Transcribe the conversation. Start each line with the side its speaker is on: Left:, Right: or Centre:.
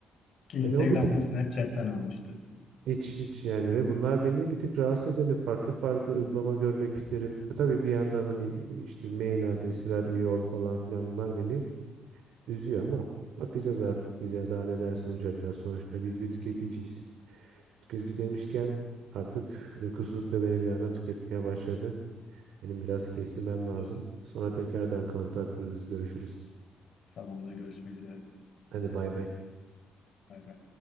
Left: Ki
Right: Hani
Left: Instagram
Right: o bir tık
Left: bunu Snapchat'ten almıştı.
Right: Hiç hiç yani ve bunlar beni bir tık rahatsız ediyor. Hani farklı farklı uygulama görmek isterim. E tabii bir yandan hani işte mail adresi ver, üye ol falan filan bunlar beni üzüyor ama bakacağız artık bize daha neler sunacaklar. Sonuçta biz bir tüketiciyiz. Tüketici demişken artık uykusuzluk da beni bir anda tüketmeye başladı. Benim biraz kestirmem lazım.
Left: Doğru.
Right: Sonra tekrardan kontaklarız, görüşürüz.
Left: Tamamdır. Görüşmek üzere.
Right: Hadi bay bay.
Left: Bay bay.